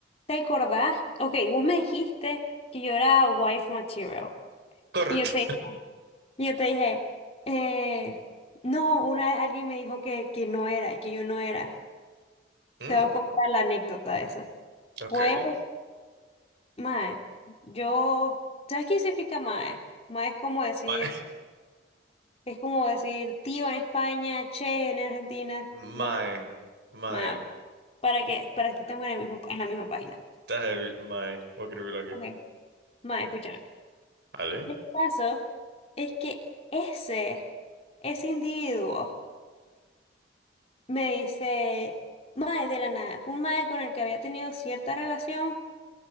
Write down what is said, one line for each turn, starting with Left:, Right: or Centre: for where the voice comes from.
Left: ¿Te acordás? Ok, vos me dijiste que yo era wife material.
Right: Correct.
Left: Y yo te, y yo te dije, eh, no, una vez alguien me dijo que, que no era, que yo no era.
Right: Mm,
Left: Te voy a contar la anécdota de eso.
Right: okay.
Left: Pues, mae, yo, ¿sabes qué significa mae? Mae es como decir,
Right: My,
Left: es como decir tío en España, che en Argentina.
Right: my,
Left: Bueno,
Right: my,
Left: mae, ok.
Right: <laughs>
Left: ¿Para qué? Para que estemos en el mismo, en la misma página.
Right: está heavy, my, voy a escribirlo aquí.
Left: Ok. Mae, escucha.
Right: ¿Vale?
Left: El caso es que ese, ese individuo me dice, mae de la nada, fue un mae con el que había tenido cierta relación